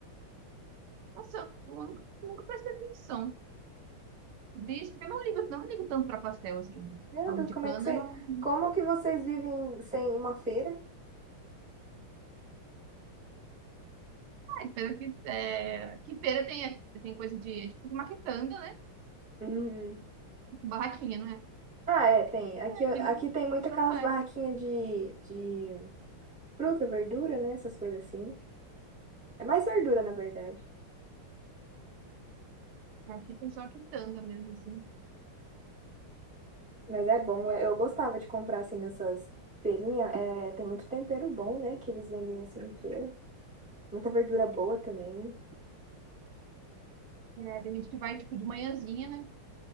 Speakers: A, on the right (about 80°); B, in the centre.
A: Nossa, eu nunca, nunca prestei atenção. Bicho, eu não ligo, não ligo tanto pra pastel, assim.
B: Meu
A: Caldo
B: Deus,
A: de
B: como
A: cana,
B: é que você.
A: não.
B: Como que vocês vivem sem uma feira?
A: Ai, pena que, é, aqui feira tem, é, tem coisa de, é tipo, maquitanga, né?
B: Uhum.
A: Tipo, barraquinha, não é?
B: Ah, é, tem. Aqui,
A: É,
B: aqui
A: aqui não,
B: tem muito
A: a gente
B: aquelas
A: não faz.
B: barraquinhas de, de fruta, verdura, né? Essas coisas assim. É mais verdura, na verdade.
A: É, Aqui tem só quitanda mesmo, assim.
B: Mas é bom, eu eu gostava de comprar assim nessas feirinhas. É, tem muito tempero bom, né? Que eles vendem assim em feira. Muita verdura boa também.
A: É, tem gente que vai, tipo, de manhãzinha, né?